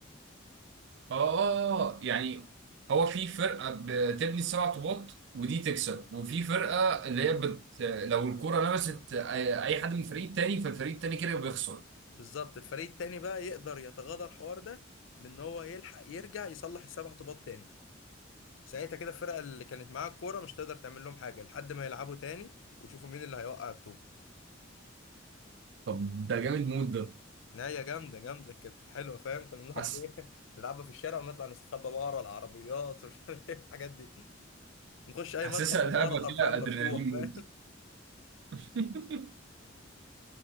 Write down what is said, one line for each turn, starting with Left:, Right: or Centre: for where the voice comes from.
Right: اه يعني هو في فرقه بتبني سبع طوبات ودي تكسب وفي فرقه اللي هي بت... لو الكره لمست اي أي حد من الفريق التاني فالفريق التاني كده بيخسر
Left: بالظبط الفريق التاني بقى يقدر يتغاضى الحوار ده بان هو يلحق يرجع يصلح السبع طوبات تاني ساعتها كده الفرقه اللي كانت معاها الكوره مش تقدر تعمل لهم حاجه لحد ما يلعبوا تاني ويشوفوا مين اللي هيوقع الطوب
Right: طب ده جامد مود ده
Left: نهايه جامده جامده كانت حلوه فاهم كنا نقعد
Right: حاسس
Left: ايه <laughs> نلعبها في الشارع ونطلع نستخبى بقى ورا العربيات ومش عارف ايه الحاجات دي نخش اي
Right: حاسسها
Left: مدخل
Right: لعبه
Left: عماره حرفيا
Right: فيها
Left: مفتوح
Right: ادرينالين
Left: فاهم
Right: مود <laughs>